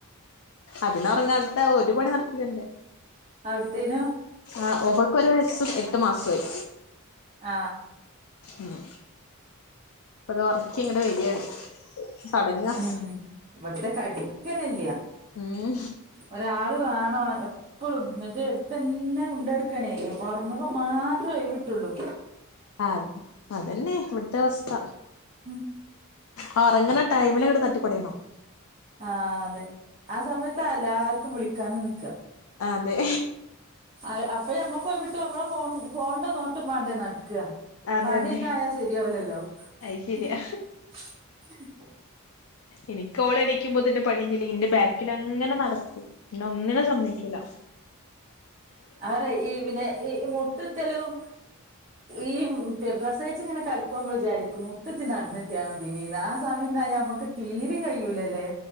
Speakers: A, on the left; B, on the right.
A: അതിനെ ഉറങ്ങാതെ വിട്ടാ ഒരു പണിയും നടക്കൂല എന്റെ
B: അവിടുത്തേനോ
A: ആ അവക്ക് ഒരു വയസ്സും എട്ട് മാസവുമായി
B: ആ
A: ഉം ഇപ്പ താ ഒറക്കി ഇങ്ങട് വരിയാണ് തൊടങ്ങാ
B: ഉം ഇവിടുത്തെ കെടക്കൊന്നുമില്ല
A: ഉം
B: ഒരാള് വേ ണം എപ്പളും എന്നിട്ട് എടുത്ത് തന്നെ കൊണ്ട് നടക്കുവാണേ ഉറങ്ങുമ്പോ മാത്രെ ഒഴിവ് കിട്ടൂള്ളൂ
A: ആ അതന്നെ ഇവിടുത്തെ അവസ്ഥ
B: ഉം
A: ആ ഉറങ്ങണ ടൈമിൽ അങ്ങട്ട് തട്ടിപ്പടയണം
B: ആ അതെ ആ സമയത്താ എല്ലാർക്കും വിളിക്കാനും നിക്കുക
A: അതെ
B: ആ അപ്പൊ ഞമ്മക്കൊഴിവി നമ്മള ഫോൺ ഫോൺണ്ട നോട്ടം വാണ്ടേ നടക്കുക
A: അതെതെ
B: പണിയന്നെ ആയാ ശരിയാവിലല്ലോ
A: അത് ശരിയാ
B: <unintelligible>
A: എനിക്ക് ഓളെണീക്കുമ്പോത്തിന്റെ പണിയയിഞ്ഞില്ലെങ്കി എന്റെ ബാക്കിൽ അങ്ങനെ നടക്കൂ പിന്ന ഒന്നിനും സമ്മയിക്കില്ല
B: ആറേയ് ഈ പിന്നെ ഈ മുട്ടുത്തലും ഈ പ്രസയിച്ച ഇങ്ങനെ കടുക്കുവാമ്പോൾ വിചാരിക്കും മുട്ടത്തി നടന്നിട്ടാതിന്ന് ആ സമയം നമുക്ക് തീരും കഴിയൂലല്ലേ?